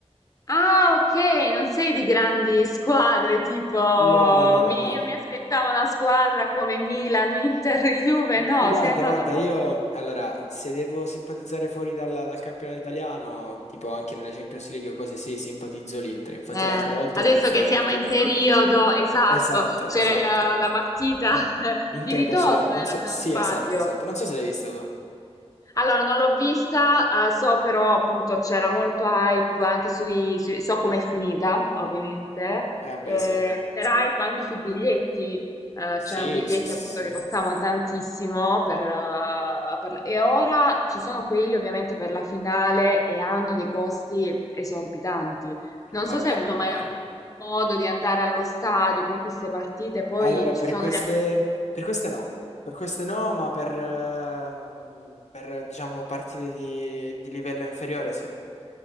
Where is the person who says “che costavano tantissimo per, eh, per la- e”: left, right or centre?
Left